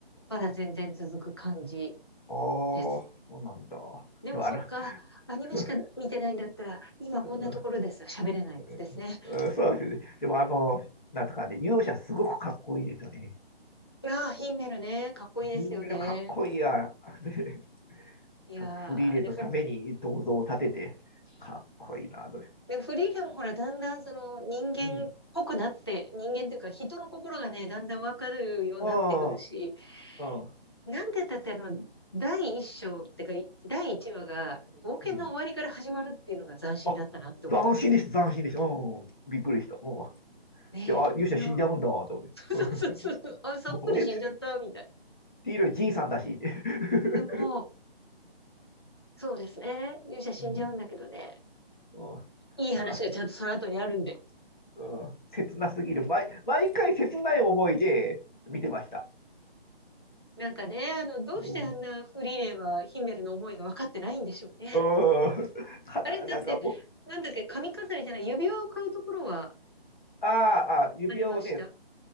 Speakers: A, on the left; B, on the left.
A: まだ全然続く感じ
B: あ、そうなんだ。
A: です。でもそっか、
B: でも、あの、
A: アニメしか見てないんだったら、
B: <laughs>
A: 今こんなところです。
B: うん
A: 喋れないやつですね。
B: うんそうですね。でも、あの、なんとかね、勇者すごくかっこいいですよね。
A: ああ、ヒンメルね。かっこいいですよね。
B: 銀メダルかっこいいや。<laughs>
A: いやー、
B: ちゃんとフリーレンのために銅像を建てて、
A: あれ、ふ
B: かっこいいな、と。
A: でもフリーレンもほら、だんだんその人間っぽくなって、
B: うん。
A: 人間っていうか人の心がね、だんだんわかるようになってくるし、
B: ああ、うん。
A: なんて言ったってあの、第一章ってか、第一話が冒険の終わりから始まるっていうのが斬新だったなって思います。
B: うん。あ、斬新でした、斬新でした。うん、びっくりした。うん。
A: ねえ。
B: で、あ、勇者死んじゃうんだ、
A: いや、
B: と思って。
A: そうそうそうそう、
B: <laughs> うん
A: あ、そっくり死んじゃった、
B: あれって、
A: みたい
B: 黄色じいさんだし、って。<laughs>
A: な。でも、そうですね。勇者死んじゃうんだけどね。
B: うん、うん。
A: いい話がちゃんとその後にあるんで。
B: なんか、うん、切なすぎる。毎、毎回切ない思いで見てました。
A: なんかね、あの、どうしてあんなフリーレンはヒメルの思いが分かってないんでしょうね。
B: うん。うん。<laughs> かな、
A: あれ、だって、
B: なんかもう、
A: なんだっけ、髪飾りじゃない、指輪を買うところは
B: ああ、あー指輪をね、
A: ありました。